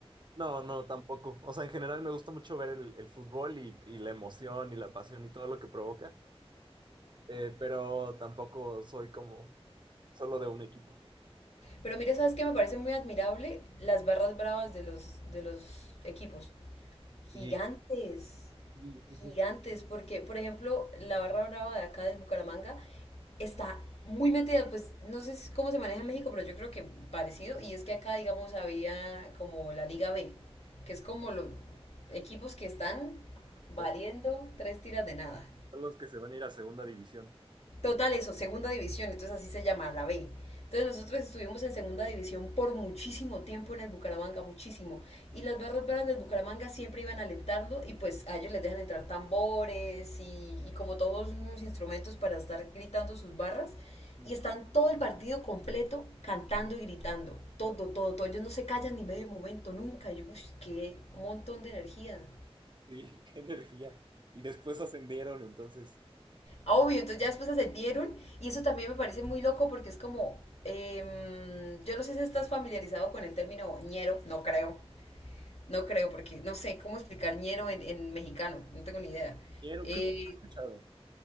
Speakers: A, on the right (about 45°); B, on the left (about 80°).
A: No, no, tampoco. O sea, en general me gusta mucho ver el, el fútbol y, y la emoción y la pasión y todo lo que provoca, Eh, pero tampoco soy como solo de un equipo.
B: Pero mira, ¿sabes qué? Me parece muy admirable las barras bravas de los, de los equipos. Gigantes,
A: Sí, sí, sí,
B: gigantes,
A: sí.
B: porque por ejemplo la barra brava de acá del Bucaramanga está muy metida, pues no sé si- cómo se maneja en México, pero yo creo que parecido, y es que acá digamos había como la Liga B, que es como los equipos que están valiendo
A: Son
B: tres tiras de nada.
A: los que se van a ir a segunda división.
B: Total, eso, segunda división, entonces así se llama, la B. Entonces nosotros estuvimos en segunda división por muchísimo tiempo en el Bucaramanga, muchísimo. Y las barras bravas del Bucaramanga siempre iban a alentarlo y pues a ellos les dejan entrar tambores y, y como todos unos instrumentos para estar gritando sus barras.
A: Sí,
B: Y están todo el partido completo cantando y gritando. Todo, todo, todo. Ellos no se callan ni medio momento, nunca. Yo, uff, qué montón de energía.
A: <laughs> qué energía. Y después ascendieron, entonces.
B: Obvio, entonces ya después ascendieron y eso también me parece muy loco porque es como, em, yo no sé si estás familiarizado con el término ñero, no creo, no creo porque no sé cómo explicar ñero en, en mexicano, no tengo ni idea.
A: Quiero,
B: Eh,
A: creo que lo he escuchado.